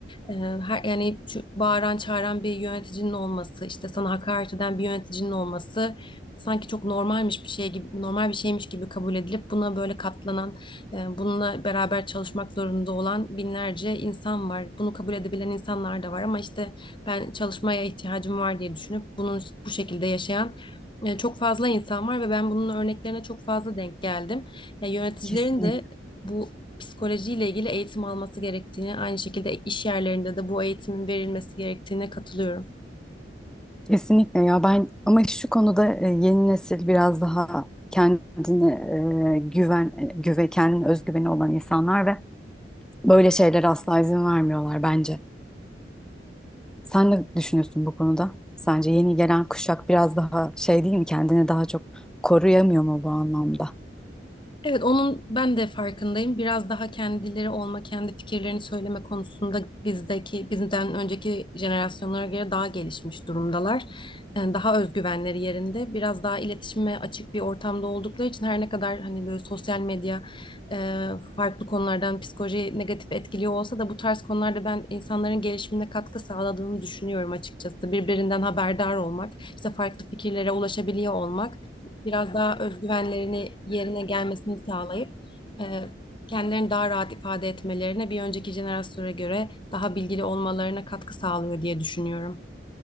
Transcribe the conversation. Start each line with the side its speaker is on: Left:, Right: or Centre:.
Left: Ee, her yani şu bağıran çağıran bir yöneticinin olması, işte sana hakaret eden bir yöneticinin olması sanki çok normalmiş bir şey gibi, normal bir şeymiş gibi kabul edilip buna böyle katlanan, e, bununla beraber çalışmak zorunda olan binlerce insan var. Bunu kabul edebilen insanlar da var ama işte ben çalışmaya ihtiyacım var diye düşünüp bunun bu şekilde yaşayan e, Çok fazla insan var ve ben bunun örneklerine çok fazla denk geldim. Ya yöneticilerin
Centre: Kesinlikle.
Left: de bu psikolojiyle ilgili eğitim alması gerektiğini, aynı şekilde iş yerlerinde de bu eğitimin verilmesi gerektiğine katılıyorum.
Centre: Kesinlikle ya ben ama şu konuda e, yeni nesil biraz daha kendine e, güven e, güve kendine özgüveni olan insanlar ve böyle şeylere asla izin vermiyorlar bence. Sen ne düşünüyorsun bu konuda? Sence yeni gelen kuşak biraz daha şey değil mi kendini daha çok koruyamıyor mu bu anlamda?
Left: Evet, onun ben de farkındayım. Biraz daha kendileri olma, kendi fikirlerini söyleme konusunda bizdeki, bizden önceki jenerasyonlara göre daha gelişmiş durumdalar. Yani daha özgüvenleri yerinde, biraz daha iletişime açık bir ortamda oldukları için her ne kadar hani böyle sosyal medya e, farklı konulardan psikolojiyi negatif etkiliyor olsa da bu tarz konularda ben insanların gelişimine katkı sağladığını düşünüyorum açıkçası. Birbirinden haberdar olmak, işte farklı fikirlere ulaşabiliyor olmak biraz daha özgüvenlerini yerine gelmesini sağlayıp e, kendilerini daha rahat ifade etmelerine bir önceki jenerasyona göre daha bilgili olmalarına katkı sağlıyor diye düşünüyorum.